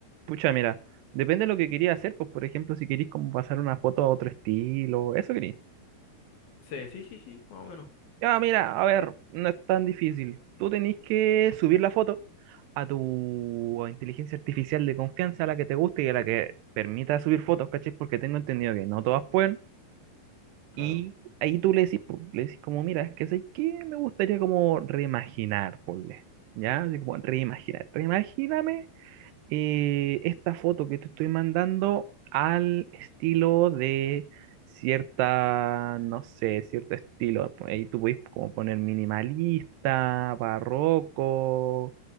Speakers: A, on the right; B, on the left.
A: Pucha, mira. Depende de lo que quería hacer. Pues, por ejemplo, si querís como pasar una foto a otro estilo. Eso querís.
B: Sí, sí, sí, sí, más o menos.
A: Ya, mira, a ver. No es tan difícil. Tú tenés que subir la foto a tu inteligencia artificial de confianza, a la que te guste y a la que permita subir fotos, ¿cachai? Porque tengo entendido que no todas pueden.
B: Claro.
A: Y ahí tú le decís, po, le decís como, mira, es que sé que me gustaría como reimaginar, ponle, ¿ya? Así como reimaginar, reimagíname eh, esta foto que te estoy mandando al estilo de cierta, no sé, cierto estilo. Por Ahí tú puedes como poner minimalista, barroco,